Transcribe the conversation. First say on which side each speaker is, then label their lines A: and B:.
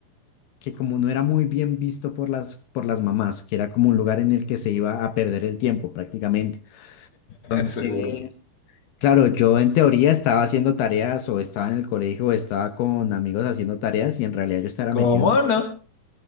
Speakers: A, on the left; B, on the left.
A: que como no era muy bien visto por las, por las mamás, que era como un lugar en el que se iba a perder el tiempo prácticamente. Entonces,
B: Seguro.
A: claro, yo en teoría estaba haciendo tareas o estaba en el colegio o estaba con amigos haciendo tareas y en realidad yo estaba
B: ¿Cómo
A: metido en un
B: no?
A: negocio.